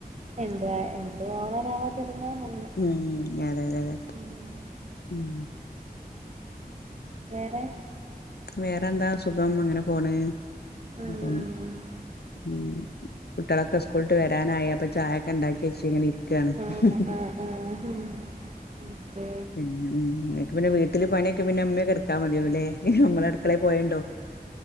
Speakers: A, on the right; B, on the left.
A: എന്തുവാ എന്തും ഓവറവാതിരുന്നാ നന്ന്
B: ഉം അതെയതെയതെ
A: ഉം
B: ഉം
A: വേറെ
B: വേറെന്താ സുഖം അങ്ങനെ പോണ്
A: ഉം
B: പ്പ <unintelligible> ഉം കുട്ടിയാളൊക്കെ സ്കൂളിട്ട് വരാനായി അപ്പൊ ചായൊക്കെ ഇണ്ടാക്കി വെച്ച് ഇങ്ങനെ ഇര് രിക്കാണ്
A: ആഹ്
B: <unintelligible>
A: ആഹ് ആഹ് ഹും ഓക്കെ
B: ഉം ഉം പിന്നെ വീട്ടില് പണിയൊക്കെ പിന്നെ ഇമ്മയൊക്കെ ഇടുക്കാ മതിയാവുംല്ലേ അമ്മള് അടുക്കളേ പോയണ്ടോ